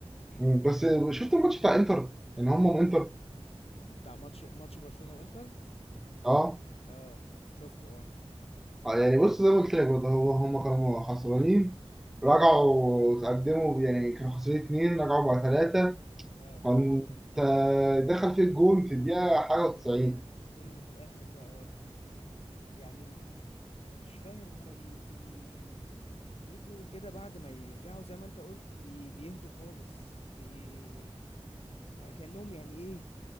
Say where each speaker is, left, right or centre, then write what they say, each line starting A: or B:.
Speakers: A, in the centre; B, on the left.
A: مم، بس شفت الماتش بتاع إنتر إن هم من إنتر
B: بتاع ماتش ماتش برشلونة وانتر
A: اه
B: اه شفته اه
A: آه، يعني بص زي ما قلت لك برضه هو هم كانوا خسرانين رجعوا تقدموا يعني كانوا خسرانين اتنين رجعوا بقى ثلاثة
B: اه
A: كنت دخل فيه الجون في الدقيقة
B: وبعدين
A: حاجة
B: دخل
A: و90
B: الجون اللي في الاخر ده اه يعني ال- انت مش فاهم هما بي بي بيجوا كده بعد ما يرجعوا زي ما انت قلت بي بيهدوا خالص بي كأنهم يعني ايه